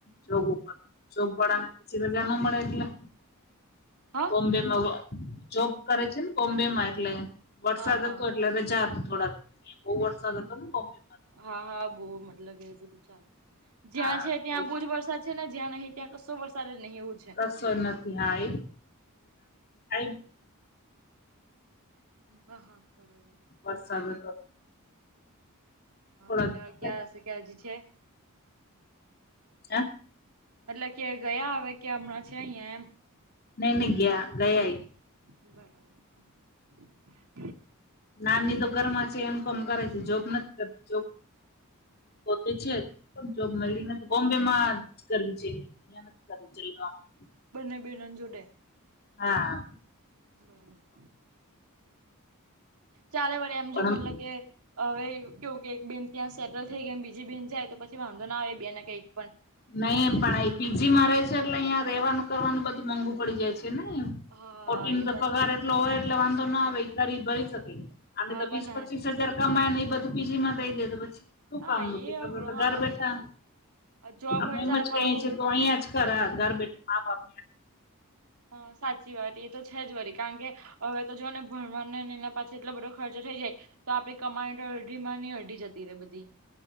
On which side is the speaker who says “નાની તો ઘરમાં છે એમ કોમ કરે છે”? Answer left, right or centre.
Left